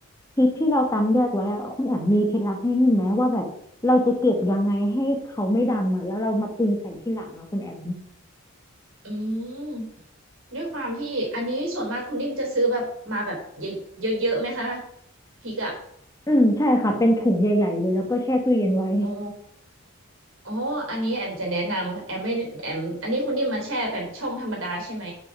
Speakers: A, on the left; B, on the right.
A: พริกที่เราตำแยกไว้อะคุณแอมมีเคล็ดลับให้นิ่มไหมว่าแบบเราจะเก็บยังไงให้เขาไม่ดำอ่ะแล้วเรามาปรุงใส่ทีหลังอะคุณแอม
B: อืม ด้วยความที่อันนี้ส่วนมากคุณนิ่มจะซื้อแบบมาแบบเยอะเยอะๆไหมคะพริกอ่ะ
A: อืมใช่ค่ะเป็นถุงใหญ่ๆเลยแล้วก็แช่ตู้เย็นไว้
B: อ๋ออ๋ออันนี้แอมจะแนะนำแอมไม่แอมอันนี้คุณนิ่มมาแช่แบบช่องธรรมดาใช่ไหม